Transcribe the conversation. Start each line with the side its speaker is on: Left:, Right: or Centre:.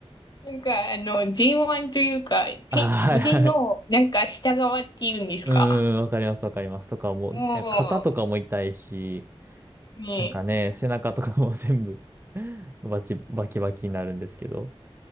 Left: んか、あの、前腕というか、
Right: ああ、
Left: 手、腕の、
Right: はいはい。
Left: なんか下側っていうんですか。
Right: うーん、わかります、わかります。とかもう、
Left: も
Right: ね肩とかも痛いし、
Left: う、ね
Right: なんかね、背中とかも全部 <laughs> バチ、バキバキになるんですけど。